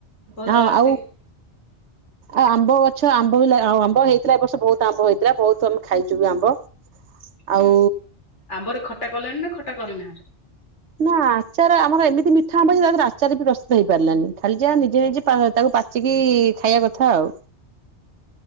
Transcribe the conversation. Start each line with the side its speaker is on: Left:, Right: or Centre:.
Left: ଭଲ
Right: ହଁ
Left: ଆସିବ।
Right: ଆଉ ଆଉ ଆମ୍ବ ଗଛ ଆମ୍ବ ବି ଲା ଆଉ ଆମ୍ବ ହେଇ ଥିଲା ଏ ବର୍ଷ ବହୁତ ଆମ୍ବ ହେଇଥିଲା ବହୁତ ଆମେ ଖାଇଛୁ ବି ଆମ୍ବ। ଆଉ
Left: ହୁଁ ଆମ୍ବରେ ଖଟା କଲେଣି ନା ଖଟା କରିନାହାନ୍ତି।
Right: ନା ଆଚାର ଆମର ଏମିତି ମିଠା ଆମ୍ବ ଯେ ତା ଦେହରେ ଆଚାର ବି ପ୍ରସ୍ତୁତ ହେଇ ପାରିଲାନି ଖାଲି ଯାହା ନିଜେ ନିଜେ ପା ତାକୁ ପା ଚିକି ଖାଇବା କଥା ଆଉ।